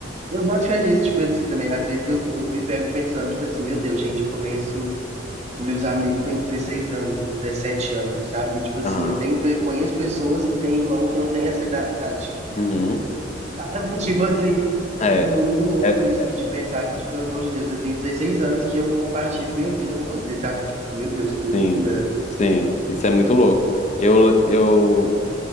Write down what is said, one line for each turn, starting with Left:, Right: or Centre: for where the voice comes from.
Right: Eu boto fé nisso, tipo assim, também. Às vezes eu, eu me pego pensando, tipo assim, meu Deus, gente, eu conheço. Meus amigos têm 16 anos, 17 anos, sabe? Tipo assim,
Left: Aham.
Right: eu tenho, pe- conheço pessoas que têm irmão que não tem essa idade.
Left: Uhum.
Right: Sabe? <laughs> Tipo assim,
Left: É.
Right: é muito louco
Left: é,
Right: isso, e de pensar que, de, pelo amor de Deus, eu tenho 16 anos que eu compartilho minha vida com você, sabe? Tipo, meu Deus, que loucura.
Left: Sim, sim, isso é muito louco. Eu, eu,